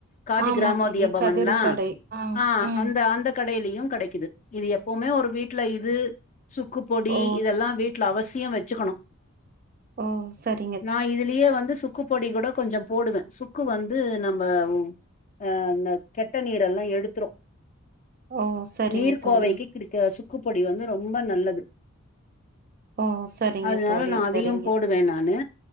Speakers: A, on the left; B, on the right.
A: காதி
B: ஆமா
A: கிராமோதிய
B: தோழி
A: பவன்லா
B: கதிரு கடை
A: ஆ
B: ம்
A: அந்த அந்த கடையிலயு கடைக்கிது இது எப்பவுமே ஒரு வீட்ல இது சுக்கு பொடி
B: ஓ
A: இதெல்லா வீட்ல அவசியோ வெச்சுக்கணு
B: ஓ சரி
A: நான இதுலியே வந்து சுக்கு பொடி கூட கொஞ்சம் போடுவே சுக்கு வந்து நம்ப ம் ஆ இந்த கெட்ட நீரெல்லா எடுத்துரு
B: ஓ சரிங்க
A: நீர்க்கோவைக்கு
B: தோழி
A: கிடுக்க சுக்கு பொடி வந்து ரொம்ப நல்லது
B: ஓ சரிங்க
A: அதனால
B: தோழி
A: நா அதயு
B: சரிங்க
A: போடுவே நானு